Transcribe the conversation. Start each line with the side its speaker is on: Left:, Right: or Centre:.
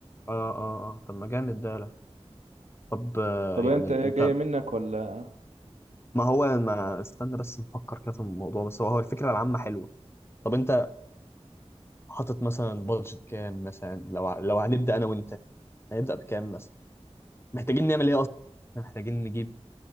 Left: اه اه اه طب ما جامد ده لا طب آه،
Right: طب
Left: يعني
Right: انت ايه
Left: انت
Right: جاية منك ولا
Left: ما هو ما استنى بس نفكر كده في الموضوع بس هو هو الفكره العامه حلوه طب انت حاطط مثلا بادجت كام مثلا لو ع- لو هنبدا انا وانت هنبدا بكام مثلا محتاجين نعمل ايه اصلا إحنا محتاجين نجيب